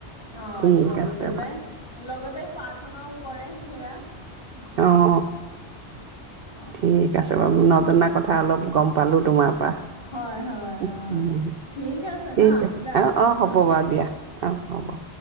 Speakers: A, on the left (about 25°); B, on the right (about 65°).
A: অ'
B: ঠিক
A: তেওঁলোকে
B: আছে বাৰু
A: যায়, লগতে প্ৰাৰ্থনাও কৰে সেয়া উম
B: অ' অ'।
A: অ
B: ঠিক আছে বাৰু নজনা কথা অলপ গম পালোঁ তোমাৰ পৰা,
A: হয় হয়
B: উম
A: অ
B: হু
A: ঠিক আছে
B: ঠিক
A: ন আজিলৈ
B: আছে
A: আহিছো
B: অ' অ' হ'ব
A: হা
B: বাৰু দিয়া অ' হ'ব।